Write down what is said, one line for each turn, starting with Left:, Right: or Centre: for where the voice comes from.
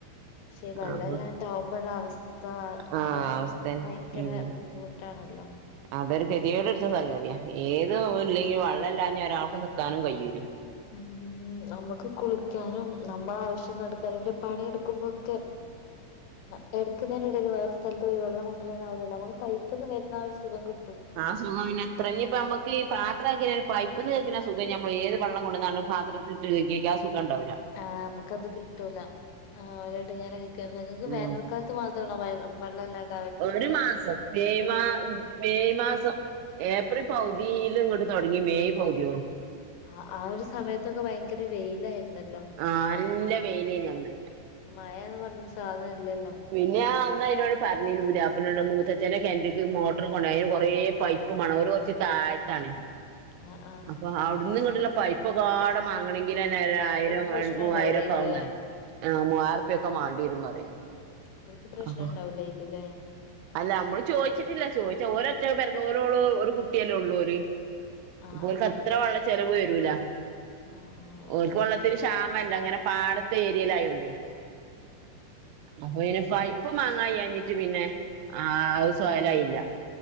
Left: പക്ഷെ വെള്ളല്ലാണ്ടാവുമ്പുള്ളവസ്ഥ
Right: അപ്പൊ ആഹ്
Left: അതും
Right: അവസ്ഥന്നെ
Left: ഭയങ്കര
Right: ഉം
Left: ബുദ്ധിമു ട്ടാണല്ലോ
Right: അതൊരു ഗതികേട്പിടിച്ച സംഗതിയാ ഏത് ഇല്ലെങ്കിൽ വെള്ളല്ലാഞ്ഞാ ഒരാൾക്കും നിക്കാനും കയ്യൂല
Left: മ് നമുക്ക് കുളിക്കാനും നമ്മളാവശ്യം നടക്കാനും പിന്നെ പണിയെട്ക്കുമ്പൊക്കെ <inaudible> എടുക്കുന്നതിന്റെടയില് വേറെ സ്ഥലത്ത് പോയി വെള്ളം കൊണ്ടുവരനാവില്ലല്ലോ നമുക്ക് പൈപ്പിന്ന് വരുന്നാഒരു സുഖം കി
Right: ആ സുഖം പിന്നെ ത്രം ഇഞ്ഞിപ്പോ നമുക്കീ പാത്രാക്കയ്ഞ്ഞാ പൈപ്പ്ന്ന് കൈക്ണ സുഖം നമ്മളേത് വെള്ളം കൊണ്ട്വന്നാലും പാ ത്രതിട്ട് കൈകിക ആ സുഖണ്ടാവില്ല
Left: ആഹ് നമുക്കത് കിട്ടൂല ആഹ് ഓരെടങ്ങറായിരിക്കും നിങ്ങക്ക് വേനൽ
Right: ഉം
Left: ക്കാലത്ത് മാത്രാണോ മയ വെള്ളല്ലാണ്ട്
Right: ഒരുമാസം മെയ് മാ മെയ്മാസം ഏപ്രിൽ പകുതിലിങ്ങ്ട്ട് തൊടങ്ങി മെയ് പകുതിയോളം
Left: ആഹ് ആ ഒരു സമയത്തൊക്കെ ഭയങ്കര വെയിലായിരുന്നല്ലോ
Right: ആഹ് നല്ല വെയിലേനി അന്ന്
Left: മയാന്ന് പറഞ്ഞൊരു സാധനം ഇല്ലല്ലോ
Right: പിന്നെഞാ അന്നയിനോട് പറഞ്ഞിരുന്നു പുതിയപ്പിലെനോട് മൂത്തച്ഛന്റെ കെണറ്റിക്ക് മോട്ടറ് കൊണ്ട്പോവാൻ അയിന് കൊറേ പൈപ്പ്മേണം അവിര് കൊറച്ച് തായത്താണെ
Left: ആഹ് ആഹ്
Right: അപ്പൊ അവിടുന്ന്ങ്ങ്ടുള്ള പൈപ്പ്പാടെ മാങ്ങണെങ്കിലന്നെ ആയിരം
Left: ഓൽക്ക് പ്രശ്നം
Right: ര മൂവായിരം
Left: ഉണ്ടാവൂലേക്കുല്ലേ
Right: ഒക്കെ ആവുന്ന മൂവായിറുപ്പിയ ഒക്കെ വേണ്ടി വരും പറയാ
Left: <unintelligible> പ്രശ്നം
Right: അപ്പൊ
Left: ഇണ്ടാവൂലാക്കുല്ലേ
Right: അല്ല മ്മള് ചോയിച്ചിട്ടില്ല ചോയിച്ചാ ഓരൊറ്റ പെരക്ക് ഓരോള് ഒരു കുട്ടിയല്ലേ ഉള്ളൂര്
Left: ആഹ്
Right: അപ്പഓര്ക്ക്
Left: ആഹ്
Right: അത്ര വെള്ള ചെലവ് വരൂല
Left: ആഹ്
Right: ഓല്ക്ക് വെള്ളത്തിന് ക്ഷാമല്ല അങ്ങനെ പാട ത്തെ ഏരിയേലായോണ്ടേ അപ്പൊ <unintelligible> പൈപ്പ് മാങ്ങാകയ്യാഞ്ഞിട്ട് പിന്നെ ആ സ്വയലായില്ല